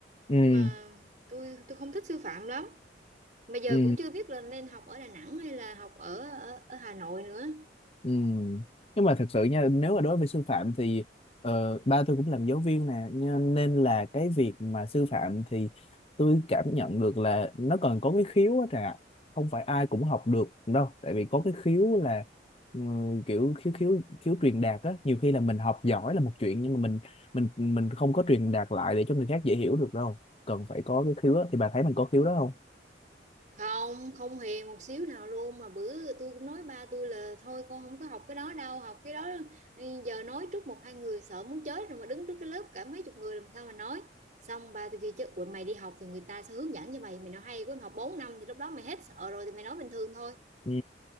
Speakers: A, on the left; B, on the right.
A: <laughs> ừ
B: Mà tôi tôi không thích sư phạm lắm. Mà giờ
A: ừ
B: cũng chưa biết là nên học ở Đà Nẵng hay là học ở ở, ở Hà Nội nữa.
A: Ừ. Nhưng mà thật sự nha nếu mà đối với sư phạm thì ờ, ba tôi cũng làm giáo viên nè nhưng- nên là cái việc mà sư phạm thì tôi cảm nhận được là nó còn có cái khiếu á trà không phải ai cũng học được đâu tại vì có cái khiếu là ừ, kiểu khiếu khiếu khiếu truyền đạt á nhiều khi là mình học giỏi là một chuyện nhưng mà mình mình mình không có truyền đạt lại để cho người khác dễ hiểu được đâu cần phải có cái khiếu á thì bà thấy mình có khiếu đó không
B: không không hề một xíu nào luôn mà bữa tôi cũng nói ba tôi là thôi con không có học cái đó đâu học cái đó giờ nói trước một hai người sợ muốn chết rồi mà đứng trước cái lớp cả mấy chục người làm sao mà nói xong ba tôi kêu chứ "Ủa, mày đi học thì người ta sẽ hướng dẫn cho mày mày nói hay quá mày học 4 năm thì lúc đó mày hết sợ rồi thì mày nói bình thường thôi
A: ừ